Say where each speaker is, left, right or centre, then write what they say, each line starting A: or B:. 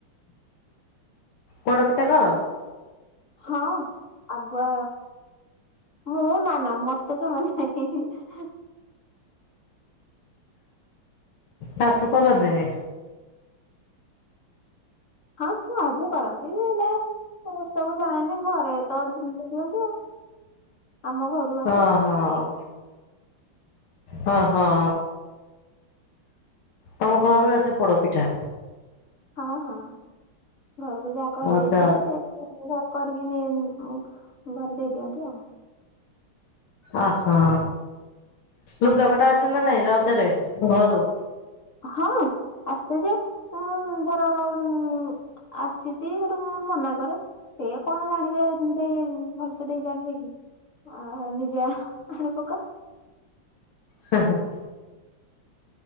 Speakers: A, on the left (about 85°); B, on the left (about 40°).
A: ପୋଡ ପିଠା କର?
B: ହଁ ଆଗୁଆ ମୁଁ ନା ନା ମତେ ଜମା ବି ନାହିଁ ହିଁ ହିଁ ହିଁ।
A: ଶାଶୁ କରନ୍ତିନି?
B: ହଁ ସେ ଆଗେ କରନ୍ତି ହେଲେ ଏସବୁ ଜାଣିନି ଘରେ ତ ଦିଅନ୍ତି ଆଉ ଆମ ଘରୁ ଆସେ
A: ଓହୋ ହଁ ହଁ। ତମ ଘରୁ ଆସେ ପୋଡପିଠା?
B: ହଁ ହଁ ଘରକୁ ଯାହା କହି
A: ଆଚ୍ଛା।
B: ଦେଇଥାଏ ସେ ଘରେ କରିକି ନେଇ ଉଁ ଘରେ ଦେଇଦିଅନ୍ତି ଆଉ।
A: ଓହୋ ଲୁଗାପଟା ଆସେ ନା ନାଇଁ ରଜରେ ଘରୁ?
B: ହଁ ଆସେ ଯେ ଉଁ ଧର ଉଁ ଆସିଛି ହେଠୁ ମୁଁ ମନା କରେ। ସେ କଣ ଜାଣିବେ ଦେଇ ଭଲସେ ଦେଇ ଜାଣିବେ କି? ଅ ହଁ ନିଜେ ଆ ଆଣିପକା।
A: ହୁଁ ହୁଁ।